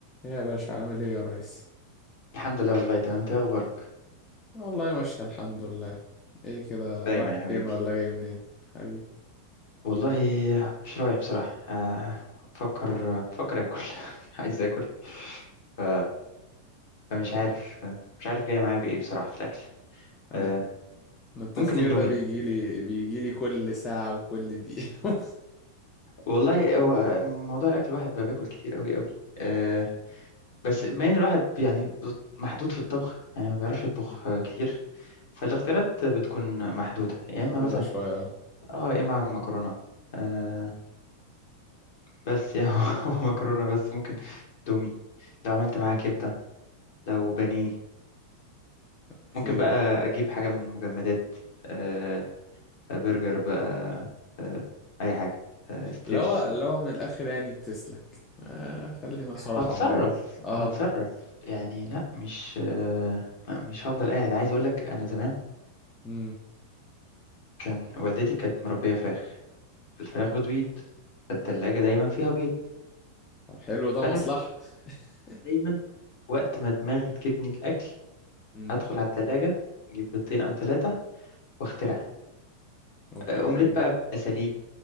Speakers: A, on the left; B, on the left.
A: إيه يا باشا عامل ايه يا ريس
B: الحمد لله والله تمام انت ايه اخبارك
A: والله ماشي الحمد لله ايه كده
B: دايما
A: رايح
B: يا حبيبي
A: فين ولا جاي منين حبيبي
B: والله مش رايح بصراحة آه، بفكر بفكر اكل <laughs> عايز اكل ف- فمش عارف مش عارف جاي معايا بايه بصراحة في الاكل
A: انا
B: آه،
A: الت- أنا التفكير
B: ممكن اندومي
A: ده بيجي لي بيجي لي كل ساعة وكل دقيقة
B: والله هو موضوع الاكل الواحد بقى بياكل كتير قوي قوي آه، بس بما ان الواحد يعني محدود في الطبخ يعني ما بيعرفش يطبخ
A: <laughs>
B: آه، كتير فالاختيارات بتكون محدودة
A: محدودة
B: يا اما مثلا
A: شوية اه
B: اه يا اما اعمل مكرونة آه، بس يعني <laughs> هو مكرونة بس ممكن دومي لو عملت معاها كبدة لو بانيه
A: اوكي
B: ممكن بقى أجيب حاجة من المجمدات آه برجر بقى آه أي حاجة آه ستريبس
A: لو لو من الاخر يعني بتسلك آه خلينا صراحة
B: هتصرف
A: مع بعض اه
B: هتصرف يعني لا مش آه لا، مش هفضل قاعد عايز أقول لك أنا زمان
A: امم
B: كان والدتي كانت مربية فراخ الفراخ بتبيض فالتلاجة دايما فيها بيض
A: طب حلو ده
B: فأنا
A: مصلحة
B: كنت
A: <laughs>
B: دايما وقت ما دماغي تجيبني الأكل
A: امم
B: أدخل على التلاجة أجيب بيضتين أو ثلاثة واخترع
A: اوكي
B: أومليت بقى بأساليب